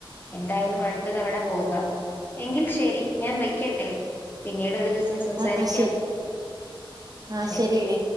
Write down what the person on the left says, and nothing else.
എന്തായാലും അടുത്ത തവണ പോകാം എങ്കിൽ ശരി ഞാൻ വെക്കട്ടെ പിന്നീടൊരു ദിവസം സംസാരിക്കാം
ശരി